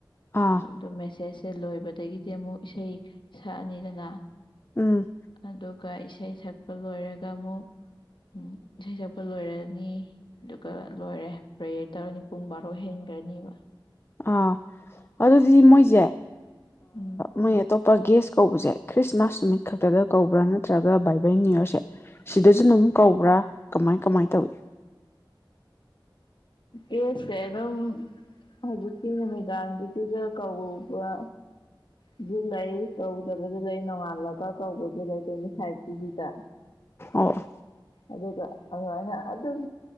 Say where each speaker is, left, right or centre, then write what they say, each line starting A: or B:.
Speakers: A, on the left (about 30°); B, on the left (about 70°).
A: ꯑꯥ
B: ꯑꯗꯨ ꯃꯦꯁꯦꯁꯁꯦ ꯂꯣꯏꯕꯗꯒꯤꯗꯤ ꯑꯃꯨꯛ ꯏꯁꯩ ꯁꯛꯑꯅꯤꯗꯅ
A: ꯎꯝ
B: ꯑꯗꯨꯒ ꯏꯁꯩ ꯁꯛꯄ ꯂꯣꯏꯔꯒ ꯑꯃꯨꯛ ꯎꯝ ꯏꯁꯩ ꯁꯛꯄ ꯂꯣꯏꯔꯅꯤ ꯑꯗꯨꯒ ꯂꯣꯏꯔꯦ ꯄ꯭ꯔꯦ ꯇꯔꯅꯤ ꯄꯨꯡ ꯕꯥꯔꯣ ꯍꯦꯟꯈ꯭ꯔꯅꯦꯕ
A: ꯑꯥ ꯑꯗꯨꯗꯤ ꯃꯣꯏꯁꯦ
B: ꯎꯝ
A: ꯃꯣꯏ ꯑꯇꯣꯞ ꯄ ꯒꯦꯁ ꯀꯧꯕꯁꯦ ꯈ꯭ꯔꯤꯁꯃꯥꯁ ꯅꯨꯃꯤꯠ ꯈꯛꯇꯗ ꯀꯧꯕ꯭ꯔꯥ ꯅꯠꯇ꯭ꯔꯒ ꯕꯥꯏꯕꯜ ꯅꯅꯤꯌꯨ ꯌꯔꯁꯦ ꯁꯤꯗꯁꯨ ꯑꯗꯨꯝ ꯀꯧꯕ꯭ꯔꯥ ꯀꯃꯥꯏ ꯀꯃꯥꯏꯅ ꯇꯧꯏ
B: ꯑꯦꯁꯦ ꯑꯗꯨꯝ ꯍꯧꯖꯤꯛꯀꯤ ꯅꯨꯃꯤꯗꯥꯡꯒꯤꯗꯨꯗ ꯀꯧꯕ ꯨ ꯗꯨꯅꯥꯑꯩ ꯀꯧꯗꯕꯁꯨ ꯂꯩ ꯅꯣꯡꯉꯥꯜꯂꯒ ꯀꯧꯕꯁꯨ ꯂꯩ ꯇ꯭ꯋꯦꯟꯇꯤ ꯐꯥꯏꯚ ꯀꯤꯗꯨꯗ
A: ꯑꯣꯑꯣ
B: ꯑꯗꯨꯒ ꯑꯗꯨꯃꯥꯏꯅ ꯑꯗꯨꯝ